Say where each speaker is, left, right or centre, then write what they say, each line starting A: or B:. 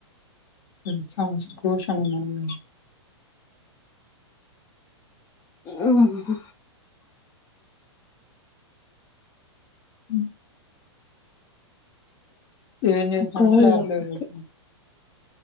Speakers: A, on the left; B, on the left.
A: ఉమ్ ఎగ్జామ్ ట్యూషన్ పోయిందాండి.
B: ఉమ్.
A: ఉమ్. ఏం చేసినారంటే
B: కోల్డ్
A: ల్యాబ్
B: ఒకటి
A: లో. <unintelligible>